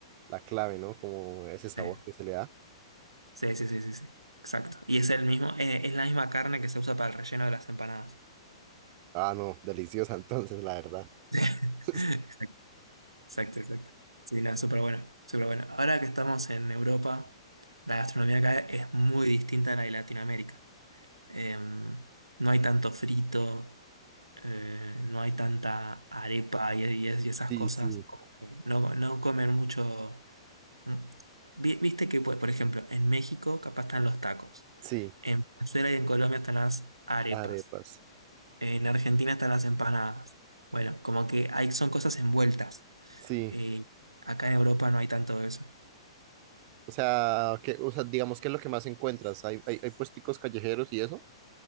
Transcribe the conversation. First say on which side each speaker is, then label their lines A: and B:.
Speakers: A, on the right (about 35°); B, on the right (about 85°).
A: la clave, ¿no? Como ese sabor
B: Sí,
A: que se le da.
B: sí, sí, sí, sí, sí. Exacto. Y es el mismo, eh, es la misma carne que se usa para el relleno de las empanadas.
A: Ah, no, deliciosa <laughs> entonces, la verdad.
B: <laughs> Exacto,
A: <laughs>
B: exacto, exacto. Sí, no, súper bueno, súper bueno. Ahora que estamos en Europa, la gastronomía acá es muy distinta a la de Latinoamérica. em, no hay tanto frito, eh, no hay tanta arepa y, y es- y esas
A: Sí,
B: cosas,
A: sí, sí,
B: como que no, no comen mucho. mm. Vi- Viste que, pues, por ejemplo, en México capaz están los tacos,
A: sí,
B: en Venezuela y en Colombia están las arepas,
A: arepas.
B: en Argentina están las empanadas. Bueno, como que hay, son cosas envueltas.
A: Sí,
B: Eh, acá en Europa no hay tanto de eso.
A: o sea, que, o sea, digamos que es lo que más encuentras. Hay, hay, hay puesticos callejeros y eso.